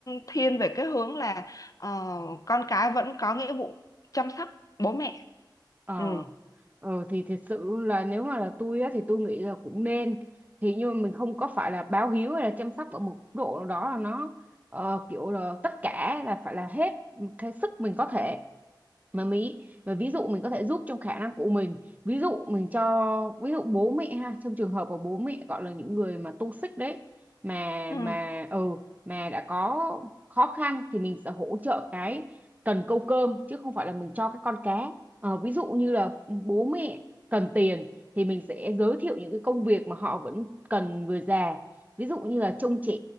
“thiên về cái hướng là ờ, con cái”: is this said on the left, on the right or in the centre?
Left